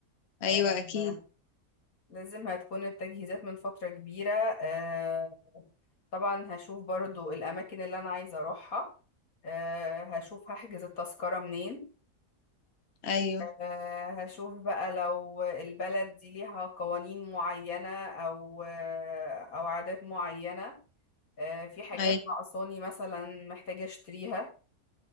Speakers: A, on the left; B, on the left.
A: ايوه
B: آه
A: اكيد
B: لازم هتكون التجهيزات من فترة كبيرة آه طبعا هشوف برضو الاماكن اللي انا عايزة اروحها آه هشوف هحجز التذكرة منين
A: ايوه
B: آه هشوف بقى لو البلد دي ليها قوانين معينة او آه او عادات معينة آه في حاجات
A: ايوه
B: ناقصاني مثلا محتاجة اشتريها